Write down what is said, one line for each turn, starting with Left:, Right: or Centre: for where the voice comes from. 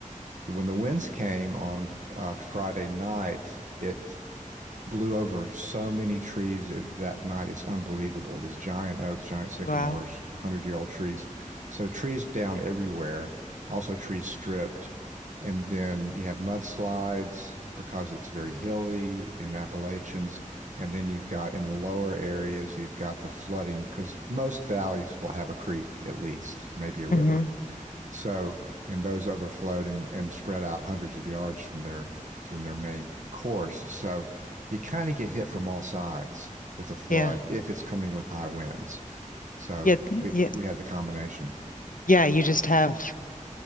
Right: When the winds came on uh, Friday night, it blew over so many trees that night. It's unbelievable. These giant oaks, giant sycamores,
Left: Wow.
Right: 100-year-old trees. So trees down everywhere, also trees stripped. And then you have mudslides because it's very hilly in Appalachians. And then you've got in the lower areas, you've got the flooding because most valleys will have a creek at least, maybe a river.
Left: hmm
Right: So, and those overflowed and, and spread out hundreds of yards from their from their main course. So you kind of get hit from all sides with a flood
Left: Yeah.
Right: if it's coming with high winds. So
Left: Yeah.
Right: we
Left: Yeah.
Right: we had the combination.
Left: Yeah, you just have,